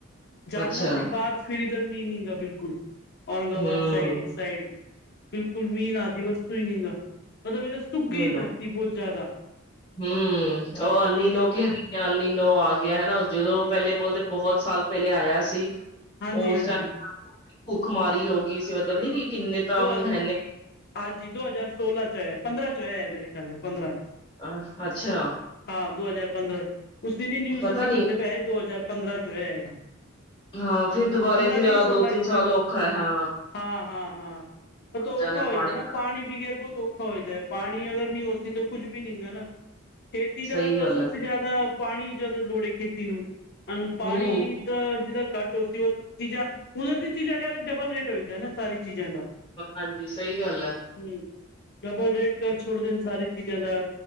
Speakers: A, on the left (about 55°); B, on the left (about 25°).
A: ਜਾਲਨਾ
B: ਅੱਛਾ
A: ਸੀ ਬਾਅਦ ਫਿਰ ਇੱਧਰ ਮੀਂਹ ਨਹੀਂ ਹੇਗਾ ਬਿਲਕੁੱਲ ਔਰੰਗਾਬਾਦ
B: ਹੂੰ
A: ਸਾਈਡ ਇਸ ਸਾਈਡ ਬਿਲਕੁਲ ਮੀਂਹ ਨਾ ਆਦੀ ਵਸਤੂ ਹੀ ਨੀ ਹੇਗਾ ਮਤਲੱਬ ਇਹ ਸੁੱਕ ਗਈ
B: ਉਹੀ
A: ਹੈ
B: ਨਾ
A: ਧਰਤੀ ਬਹੁਤ ਜ਼ਿਆਦਾ
B: ਹੂੰ ਉਹ ਆਲੀ ਨੂੰ <unintelligible> ਨੂੰ ਆ ਗਿਆ ਹਨਾ ਜਦੋਂ ਪਹਿਲੇ ਬੋਲਦੇ ਬਹੁਤ ਸਾਲ ਪਹਿਲੇ ਆਇਆ ਸੀ।
A: ਹਾਂਜੀ
B: ਉਸ
A: ਹਾਂਜੀ
B: ਟਾਈਮ ਭੁੱਖਮਾਰੀ ਹੋ ਗਈ ਸੀ ਮਤਲਬ ਨੀ ਕਿ ਕਿੰਨੇ ਤਾਂ
A: ਦੋ
B: ਮੈਨੇ
A: ਹਾਂਜੀ ਦੋ ਹਜ਼ਾਰ ਸੋਲਾਂ 'ਚ ਆਇ ਪੰਦਰਾਂ 'ਚ ਆਇਆ ਮੇਰੇ ਖਿਆਲ ਨਾਲ ਪੰਦਰਾਂ 'ਚ
B: ਆਹ ਅੱਛਾ
A: ਹਾਂ ਦੋ ਹਜ਼ਾਰ ਪੰਦਰਾਂ ਉਸ ਦਿਨ ਹੀ ਨਿਊਜ਼
B: ਪਤਾ
A: ਦਿਖਾਂਦੇ
B: ਨੀ
A: ਪਏ ਦੋ ਹਜ਼ਾਰ ਪੰਦਰਾਂ 'ਚ ਹੋਇਆ ਹੈ।
B: ਹਾਂ ਫਿਰ ਦੁਬਾਰੇ
A: ਪੰਦਰਾਂ
B: ਫਿਰ
A: ਕੇ
B: ਆਹ
A: ਸੋਲਾਂ
B: ਦੋ ਤਿੰਨ
A: ਇਸ ਤਰਾਂ
B: ਸਾਲ ਔਖਾ ਹੈ ਹਾਂ
A: ਹਾਂ- ਹਾਂ- ਹਾਂ। ਉਹ ਔਖਾ
B: ਜਾਣਾ
A: ਹੋਈ ਦਾ ਨਾ।
B: ਨਾਲ
A: ਪਾਣੀ ਬਗੈਰ ਬਹੁਤ ਔਖਾ ਹੋਈ ਦਾ ਪਾਣੀ ਅਗਰ ਨਹੀਂ ਹੋ ਸਕੇ ਤਾਂ ਕੁੱਝ ਵੀ ਨਹੀਂ ਗਾ ਨਾ। ਖੇਤੀ
B: ਸਹੀ
A: ਦਾ ਤਾਂ
B: ਗੱਲ
A: ਸਭ
B: ਹੈ
A: ਤੋਂ ਜ਼ਿਆਦਾ ਪਾਣੀ ਜਦੋਂ ਲੋੜ ਹੀ ਖੇਤੀ ਨੂੰ ਹੁਣ ਪਾਣੀ
B: ਹਮ
A: ਤਾਂ ਜਿਦਾ ਘੱਟ ਉਸਦੀ ਉਹ ਚੀਜ਼ਾਂ ਉੱਧਰ ਦੀ ਚੀਜ਼ਾਂ ਦਾ ਡਬਲ ਰੇਟ ਹੋ ਜਾਂਦਾ ਨਾ ਸਾਰੀ ਚੀਜ਼ਾਂ ਦਾ
B: ਹਾਂਜੀ ਸਹੀ ਗੱਲ ਏ।
A: ਹੂੰ ਡਬੱਲ ਰੇਟ ਕਰ ਛੋੜ ਦੇਣ ਸਾਰੀ ਚੀਜ਼ਾਂ ਦਾ